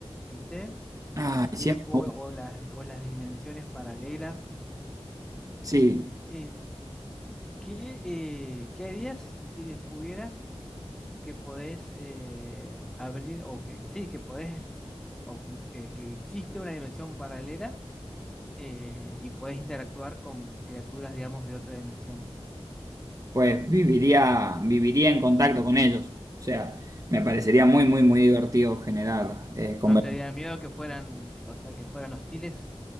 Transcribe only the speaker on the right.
Ay,
siempre, me
gusta.
sí.
pues viviría, viviría en contacto con ellos. O sea, me parecería muy, muy, muy divertido generar eh, conver-